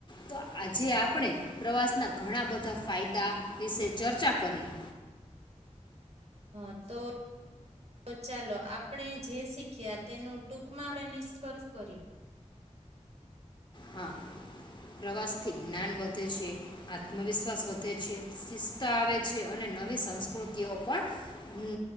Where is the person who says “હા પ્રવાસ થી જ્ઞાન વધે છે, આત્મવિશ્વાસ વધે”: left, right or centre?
Left